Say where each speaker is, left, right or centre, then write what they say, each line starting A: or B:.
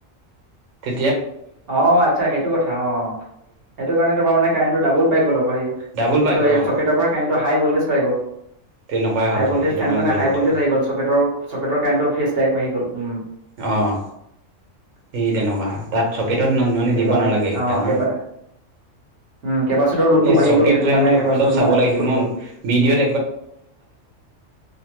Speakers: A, on the right (about 80°); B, on the right (about 50°).
A: তে
B: অ আচ্ছা সেইটো কথা অ সেইটো কাৰণে তোমাৰ মানে কাৰেণ্টটো ডাবুল পাই গ'ল।
A: ডাবুল
B: এইটো
A: পাই গ'ল
B: এই
A: অ'
B: চকেটৰ পৰা কাৰেণটো হাই ভল্টেজ পাই গ'ল।
A: তেনেকুৱাই হ'ল
B: হাই
A: চাগে
B: ভল্টেজ
A: এইটো
B: ফেনখনে
A: কাৰণে জ্বলি
B: হাই
A: উঠিল
B: ভল্টেজ আহি গল চকেটৰ চকেটৰ কাৰেণ্টৰ ফেচ ডক আহি গ'ল উম।
A: অহ
B: <inaudible>
A: সেই তেনেকুৱা হয় তাত। চকেটত মানে
B: সেইটো
A: দিব
B: কাৰণে
A: নালাগে একটা
B: অ একেবাৰে
A: ন
B: কেপাচিটৰ লোডটো
A: এই
B: বাঢ়ি
A: চকেট
B: গ'ল সেইটো
A: জইনটো
B: কাৰণে কেপাচিটাটো
A: অলপ চাব
B: মানে
A: লাগিছিল
B: ফুটি
A: মই
B: গ'ল। <inaudible>
A: ভিডিঅ'ত